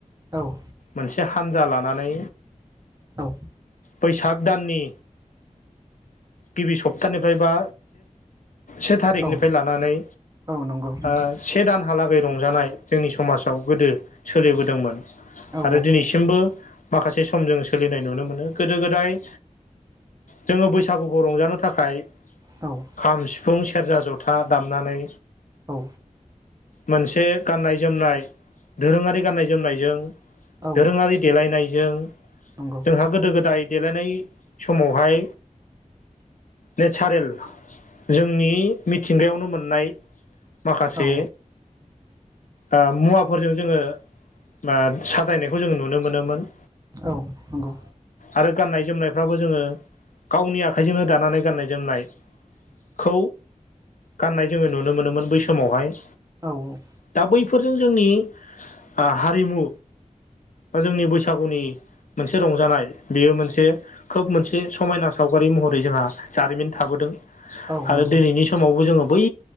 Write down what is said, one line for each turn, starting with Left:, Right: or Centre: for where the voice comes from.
Right: औ।
Left: मोनसे हानजा लानानै
Right: औ।
Left: बैसाग दाननि गिबि सप्तानिफ्राय बा से थारिखनिफ्राय
Right: औ
Left: लानानै
Right: औ नंगौ नोंथां
Left: आ से दानहालागै रंजानाय जोंनि समाजाव गोदो सोलिबोदोंमोन
Right: औ
Left: आरो दिनैसिम बो माखासे समजों सोलिनाय नुनो मोनो गोदो गोदाय जोङो बैसागुखौ रंजानो थाखाय
Right: औ।
Left: खाम सिफुं सेरजा जथा दामनानै
Right: औ।
Left: मोनसे गाननाय जोमनाय दोरोङारि गाननाय जोमनायजों
Right: औ
Left: दोरोङारि देलायनायजों
Right: नंगौ
Left: जोंहा गोदो गोदाय देलायनाय समावहाय नेचारेल जोंनि मिथिंगायावनो मोननाय माखासे
Right: औ
Left: आ मुवाफोरजों जोङो बा साजायनायखौ जोंङ नुनो मोनोमोन
Right: औ नंगौ
Left: आरो गाननाय जोमनायफ्राबो जोङो गावनि आखाइजोंनो दानानै गाननाय जोमनाय खौ गाननाय जोङो नुनो मोनोमोन बै समावहाय
Right: औ औ।
Left: दा बैफोरजों जोंनि आ हारिमु बा जोंनि बैसागुनि मोनसे रंजानाय बेयो मोनसे खोब मोनसे समायना सावगारि महरै जोंहा जारिमिन थाबोदों
Right: औ
Left: आरो
Right: नंगौ
Left: दिनैनि समावबो जोङो बै